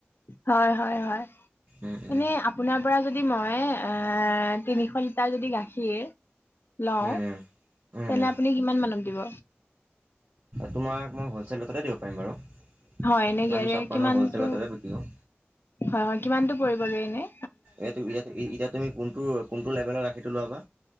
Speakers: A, on the left; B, on the right.
A: হয় হয় হয়।
B: উম, উম,
A: এনেই আপোনাৰ পৰা যদি মই এ' তিনিশ লিটাৰ যদি গাখীৰ লওঁ,
B: উম, উম।
A: তেন্তে আপুনি কিমান মানত দিব?
B: তোমাক মই হলচছেলটতে দিব পাৰিম বাৰু।
A: হয় এনে
B: কাৰণ
A: গাড়ী
B: আমি চব
A: কিমানটো
B: হ'লচেলতে বিক্ৰী কৰোঁ।
A: হয় হয়। কিমানটো পৰিবগৈ এনেই?
B: এই, এতিয়া তুমি কোনটো লেভেলৰ গাখীৰটো লোৱা বা